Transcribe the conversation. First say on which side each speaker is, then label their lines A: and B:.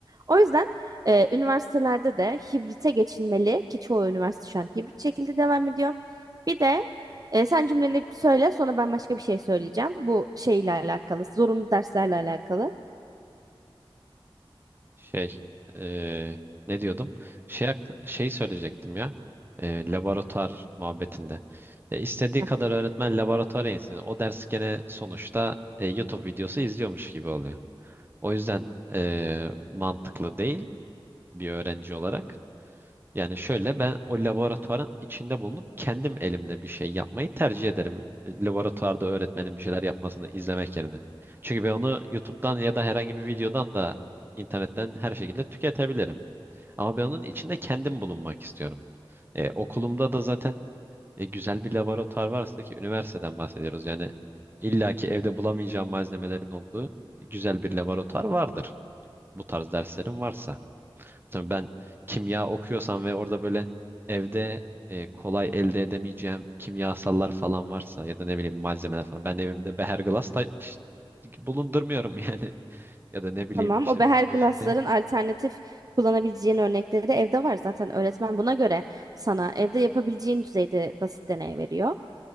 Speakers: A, on the right; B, on the right.
A: O yüzden e, üniversitelerde de hibrite geçilmeli ki çoğu üniversite şu an hibrit şekilde devam ediyor. Bir de e, sen cümleni söyle sonra ben başka bir şey söyleyeceğim. Bu şeyle alakalı, zorunlu derslerle alakalı.
B: şey eee, ne diyordum? Şey hak- şey söyleyecektim ya. eee, laboratuvar muhabbetinde. E, istediği
A: Heh.
B: kadar öğretmen laboratuvara insin. O ders gene sonuçta e, YouTube videosu izliyormuş gibi oluyor. O yüzden eee, mantıklı değil bir öğrenci olarak. Yani şöyle ben o laboratuvarın içinde bulunup kendim elimle bir şey yapmayı tercih ederim. E, Laboratuvarda öğretmenin bir şeyler yapmasını izlemek yerine. Çünkü ben onu YouTube'dan ya da herhangi bir videodan da internetten her şekilde tüketebilirim. Ama ben onun içinde kendim bulunmak istiyorum. E, okulumda da zaten e, güzel bir laboratuvar varsa ki üniversiteden bahsediyoruz. Yani illaki evde bulamayacağım malzemelerin olduğu güzel bir laboratuvar vardır. Bu tarz derslerim varsa. Tabii ben kimya okuyorsam ve orada böyle evde e, kolay elde edemeyeceğim kimyasallar falan varsa ya da ne bileyim malzemeler falan ben evimde beherglas ta- ş- bulundurmuyorum yani <laughs> ya da ne bileyim
A: Tamam.
B: işte
A: O beher
B: biyolojide.
A: glassların alternatif kullanabileceğin örnekleri de evde var zaten. Öğretmen buna göre sana evde yapabileceğin düzeyde basit deney veriyor.